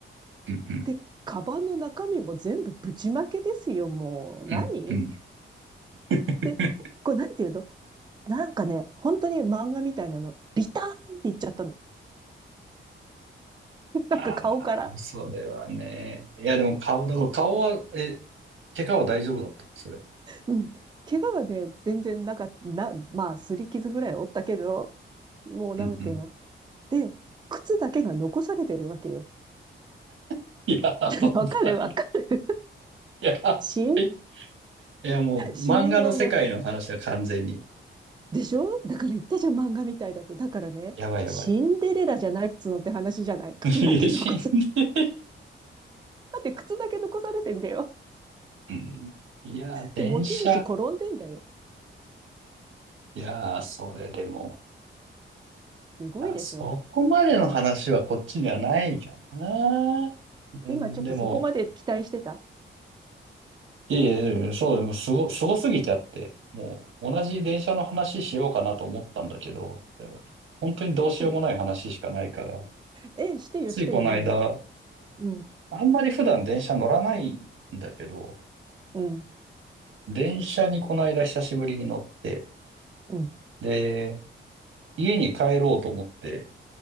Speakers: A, on the right; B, on the right.
A: うんうん。
B: で、カバンの中身も全部ぶちまけですよ、もう。何
A: うんうん。<laughs>
B: で、これなんていうのなんかね、本当に漫画みたいなの、ビターンっていっちゃったの。<laughs>
A: ああ、
B: なんか顔から。
A: それはね。いや、でも顔、だから顔は、え、怪我は大丈夫だった、それ。
B: うん。怪我はね、全然なかった、な、まあ、擦り傷ぐらいおったけど、もうなんていうの
A: うんうん。
B: で、靴だけが残されてるわけよ。
A: <laughs> いや、
B: <laughs> わかるわかる。
A: ばい。<laughs> いやばい。
B: 死因、
A: いや、もう、
B: 死因をね、
A: 漫画の世界の話は完全に。
B: でしょだから言ったじゃん、漫画みたいだって。だからね、
A: やばいやばい。
B: シンデレラじゃないっつうのって話じゃない。靴だけ残す。
A: <laughs> いや死んで。
B: だって靴だけ残されてんだよ。
A: うん。いや、電車。
B: で、持ち主転んでんだよ。
A: いや、それでも。
B: すごいでしょ
A: いやそこまでの話はこっちにはないかな。うん、
B: 今ちょっとそこまで期待してた
A: でも、いえいえ、いえそう、でもすご、すごすぎちゃって、もう同じ電車の話しようかなと思ったんだけど、でも本当にどうしようもない話しかないから、
B: ちょ、えしてよ、
A: ついこの間、
B: してよ、何うん、
A: あんまり普段電車乗らないんだけど、
B: うん、
A: 電車にこの間久しぶりに乗って、
B: うん、
A: で、家に帰ろうと思って、